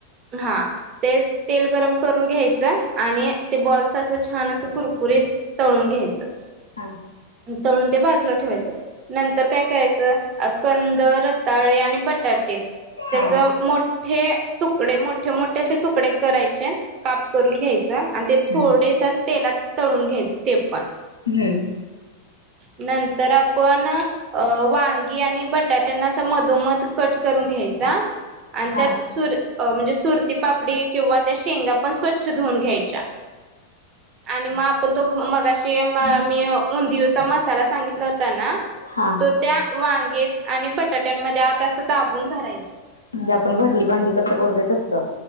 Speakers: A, on the right (about 35°); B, on the left (about 85°).
A: हा ते तेल गरम करून घ्यायचं आणि ते बॉल्स असं छान असं कुरकुरीत तळून घ्यायचं
B: हं
A: तळून ते बाजूला ठेवायचं नंतर काय करायचं कंद, रताळे आणि बट् टाटे त्याच
B: हा
A: मोठे तुकडे मोठे, मोठे असे तुकडे कराय चे काप करून घ्यायचा आणि ते थोडंस
B: हम्म
A: असं तेलात तळून घ्यायचं ते पण
B: हुम्म
A: नंतर आपण अ वांगी आणि बटाट्यांना अस मधोमध कट करून घ्यायचा आणि
B: हा
A: त्यात सुर् म्हणजे अ सुरती पापडी किंवा त्या शेंगा पण स्वचछ धुऊन घ्याय् च्या आणि मग आपण तो मगाशी म मी व् उंदिओचा मसाला सांगितला होता ना
B: हा
A: तो त्या वांगेत आणि बटाट्यांमध्ये आत असं दाबून भरायचं
B: म्हणजे आपण भरली वांगी कसं करतोय तसं